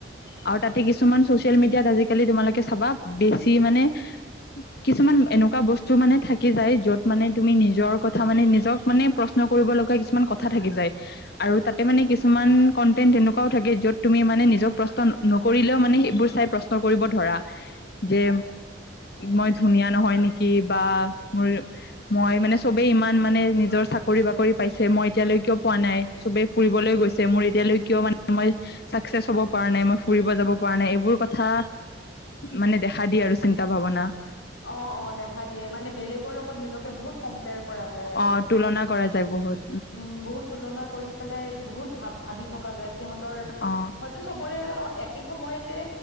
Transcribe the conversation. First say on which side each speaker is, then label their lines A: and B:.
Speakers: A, on the left; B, on the left.
A: আৰু তাতে কিছুমান চচিয়েল মিডিয়াত আজিকালি তোমালোকে চাবা বেছি মানে কিছুমান এনেকুৱা বস্তু মানে থাকি যায় যত মানে তুমি নিজৰ কথা মানে নিজক মানে প্ৰশ্ন কৰিব লগা কিছুমান কথা থাকি যায় । আৰু তাতে মানে কিছুমান কন্টেন্ট এনেকুৱাও থাকে যত তুমি মানে নিজক প্ৰশ্ন নকৰিলেও মানে সেইবোৰ চাই প্ৰশ্ন কৰিব ধৰা যে মই ধুনীয়া নহয় নেকি বা মোৰ মই মানে চবেই ইমান মানে নিজৰ চাকৰি বাকৰি পাইছে মই এতিয়ালৈ কিয় । পোৱা নাই চবেই ফুৰিবলৈ গৈছে মোৰ এতিয়ালৈ কিয় মানে মই চাকচেছ হ'ব পৰা নাই মই ফুৰিব যাব পৰা নাই এইবোৰ কথা মানে দেখা দিয় আৰু চিন্তা ভাৱনা ।
B: অ অ দেখা দিয়ে মানে বেলেগৰ লগত নিজকে বহুত <inaudible> ভ হয় যায় আৰু
A: অ তুলনা কৰা যায় বহুত
B: উম বহুতো তুলনা কৰি পেলাই বহুত ভাবি থকা যায় সিহঁতৰ
A: অ
B: হইটো চবৰে আকেসময়তে